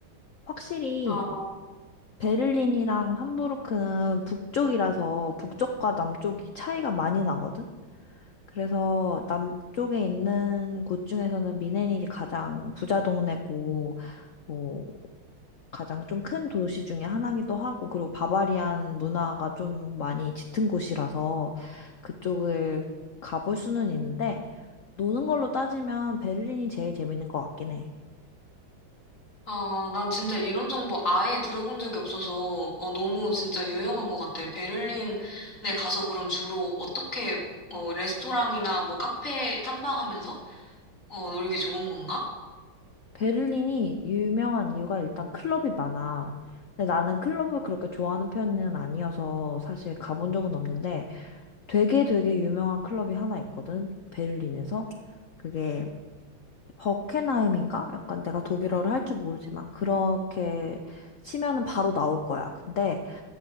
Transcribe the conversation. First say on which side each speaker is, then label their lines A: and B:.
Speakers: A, on the left; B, on the left.
A: 확실히
B: 아,
A: 베를린이랑 함부르크는 북쪽이라서 북쪽과 남쪽이 차이가 많이 나거든. 그래서 남쪽에 있는 곳 중에서는 미네닐이 가장 부자 동네고, 뭐, 가장 좀 큰 도시 중에 하나기도 하고, 그리고 바바리안 문화가 좀 많이 짙은 곳이라서 그쪽을 가볼 수는 있는데, 노는 걸로 따지면 베를린이 제일 재밌는 것 같긴 해.
B: 아, 난 진짜 이런 정보 아예 들어본 적이 없어서, 어, 너무 진짜 유용한 것 같아. 베를린에 가서 그럼 주로 어떻게, 어, 레스토랑이나 뭐 카페 탐방하면서, 어, 놀기 좋은 건가?
A: 베를린이 유명한 이유가 일단 클럽이 많아. 근데 나는 클럽을 그렇게 좋아하는 편은 아니어서 사실 가본 적은 없는데, 되게 되게 유명한 클럽이 하나 있거든. 베를린에서. 그게 버켄하임인가? 약간 내가 독일어를 할 줄 모르지만 그렇게 치면은 바로 나올 거야. 근데